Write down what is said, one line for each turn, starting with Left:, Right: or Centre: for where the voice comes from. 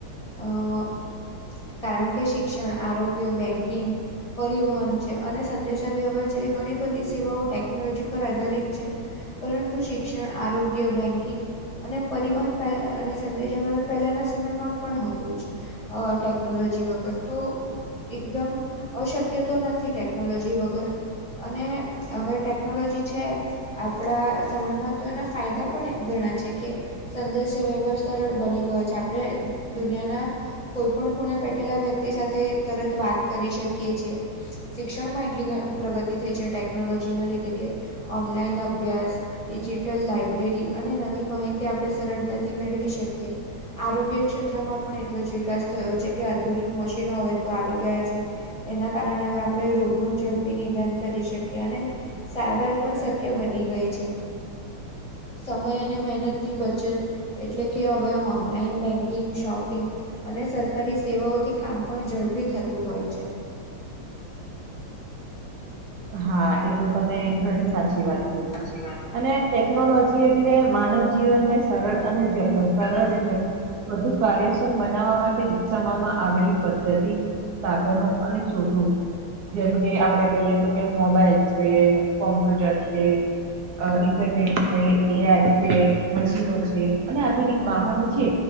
Left: અહ કારણ કે શિક્ષણ આરોગ્ય બેન્કિંગ પરિવહન છે અને સંદેશાવ્યવહાર જેવી ઘણી બધી સેવાઓ ટેકનોલોજી પર આધારિત છે. પરંતુ શિક્ષણ આરોગ્ય બેન્કિંગ અને પરિવહન પર અને સંદેશ વ્યવહ પહેલાના સમયમાં પણ હતું જ. અહ ટેક્નોલોજી વગર તો એકદમ અશક્ય તો નથી ટેકનોલોજી વગર અને હવે ટેકનોલોજી છે આપણા સમયમાં તો એના ફાયદા પણ ઘણા છે કે સંદેશ્ય વ્યવહાર સરળ બની ગયો છે આપણે દુનિયાના કોઈ પણ ખૂણે બેઠેલા વ્યક્તિ સાથે તરત વાત કરી શકીએ છીએ. શિક્ષણમાં એટલી પ્રગતિ થઈ છે ટેકનોલોજીના લીધે કે ઓનલાઈન અભ્યાસ ડિજિટલ લાઈબ્રેરી અને નવી માહિતી આપણે સરળતાથી મેળવી શકીએ. આરોગ્ય ક્ષેત્રમાં પણ એટલો જ વિકાસ થયો છે કે આધુનિક મશીનો હવે તો આવી ગયા છે. એના કારણે હવે આપણે રોગનું ઝડપી નિદાન કરી શકીએ અને સારવાર પણ શ કય બની ગઈ છે. સમય અને મહેનત ની બચત એટલે કે હવે ઓનલાઈન બેન્કિંગ, શોપિંગ અને સરકારી સેવાઓથી કામ પણ ઝડપી થતું હોય છે.
Right: હા એ તો તમે ઘણી સાચી વાત કીધી
Left: સાચી વાત
Right: અને ટેકનોલોજી એટલે માનવ જીવનને સરળ અને સરળ
Left: અને
Right: વધુ કાર્યક્ષમ બનાવવા માટે વિક્સાવવામાં આવેલી પદ્ધતિ સાધનો અને શોધો જેમ કે આપડે કહીએ તો, મોબાઈલ છે, કોમ્પ્યુટર છે, ઇન્ટરનેટ છે, એઆઈ છે, મશીનો છે અને આધુનિક વાહનો છે